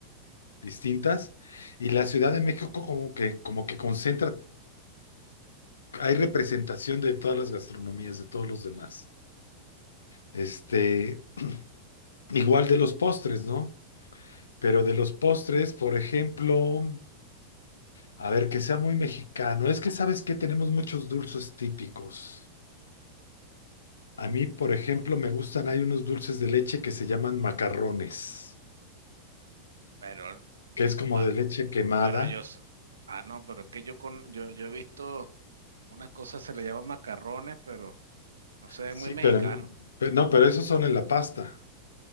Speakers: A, on the left (about 70°); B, on the right (about 70°).
A: distintas y la Ciudad de México como que, como que concentra, hay representación de todas las gastronomías, de todos los demás. Este, igual de los postres, ¿no? Pero de los postres, por ejemplo, a ver, que sea muy mexicano, es que sabes que tenemos muchos dulces típicos. A mí, por ejemplo, me gustan, hay unos dulces de leche que se llaman macarrones,
B: Pero,
A: que
B: ma-
A: es como de leche quemada.
B: pero yo, s- ah, no, pero es que yo con, yo, yo he visto unas cosas se le llaman macarrones, pero no se ve
A: Sí,
B: muy mexicano.
A: pero, pero no, pero esos son en la pasta,